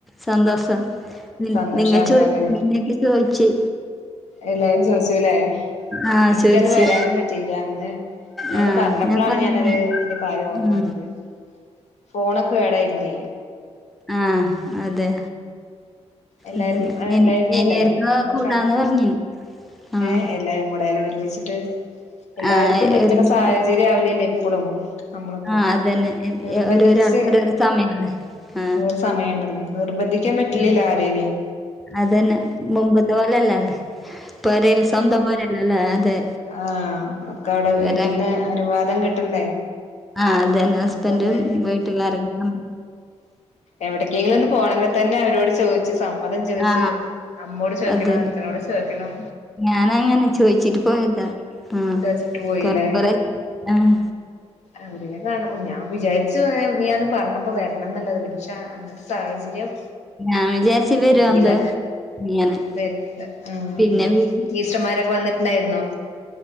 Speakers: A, in the centre; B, on the left (about 75°).
A: സന്തോസാ നി
B: സന്തോഷാണല്ലോ
A: നിങ്ങ ചോയി
B: അല്ലെ
A: നിന്നെയൊക്കെ ചോയ്ച്ച്
B: എല്ലാരും ചോയ്ച്ചൂലേ?
A: ആ
B: ഇൻക്കന്ന്
A: ചോദിച്ച്
B: വരാനും പറ്റിയില്ല അന്ന് നീയത്
A: ആ
B: പറഞ്ഞപ്പളാണ്
A: ഞാൻ പറഞ്ഞു
B: ഞാനത് അയിന്റെ കാര്യം ഓർമ്മ
A: ഉം.
B: വന്നത് ഫോണൊക്കെ കേടായിരുന്നേ
A: ആഹാ അതെ
B: എല്ലാരും
A: അതന്നെ
B: എഹ് ഇണ്ടായിരുന്നുല്ലേ
A: ഇനി ആർക്കോ
B: നമ്മടെ
A: കൂടാന്ന്
B: ഫ്രണ്ട്
A: പറഞ്ഞു ആ
B: ഏഹ് എല്ലാരുംകൂടെ എല്ലഒരുമിച്ചിട്ട് എല്ലാര്ക്കും
A: ആ
B: പറ്റ്ണ
A: ഒരുമിച്ച്
B: സാഹചര്യാവൂലല്ലേ എപ്പളും അമ്മള്പ്പോ
A: ആ അതന്നെ.
B: നിർബന്ധിച്ച്
A: ഓരോരാൾക്ക് ഓരോരോ സമയല്ലേ? ആ
B: അതൊരു സമയണ്ട് <unintelligible> നിർബന്ധിക്കാൻ പറ്റില്ലല്ലോ
A: ആ,
B: ആരേനിം
A: അതന്നെ മുമ്പത്തെപോലല്ലല്ലേ പൊരേൽ സ്വന്തം പൊരല്ലല്ലോ അതെ
B: ആഹ ഒക്കൗടെ
A: ഇവരങ്ങനെ
B: വീട്ട്ന്ന് അനുവാദം കിട്ടണ്ടേ
A: ആഹാ അതന്നെ
B: നമ്മുക്കൊന്ന്
A: ഹസ്ബൻഡും വീട്ടുകാരൊക്കെ
B: എവിടക്കെങ്കിലൊന്ന് പോണെങ്ക തന്നെ അവരോട് ചോയ്ച്ച് ചേയ് സമ്മതം ചോയ്ച്ച്
A: ആ
B: അമ്മോട് ചോയ്ക്കണം
A: അതന്നെ.
B: അച്ഛനോട് ചോയ്ക്കണം
A: ഞാനങ്ങനെ ചോയ്ച്ചിട്ട് പോയക്കാ മ്
B: ചോദിച്ചിട്ട് പോയില്ലേ
A: കൊറെ കൊറെ ആഹാ
B: അവരിന്നെ കാണു ഞാൻ വിചാരിച്ചു നീയന്ന് പറഞ്ഞപ്പോ വരണന്ന്ള്ളത് പി ന്നെ അന്നത്തെ സാഹചര്യം
A: ഞാൻ വിചാരിച്ച് വരുവാന്തോ
B: പറ്റീല്ല
A: ഇങ്ങനെ.
B: വര്ന്ന്ണ്ട് ആഹ്
A: പിന്നെ വി
B: ടീച്ചർമാരൊക്കെ വന്ന് ട്ട്ണ്ടായിര്ന്നോ?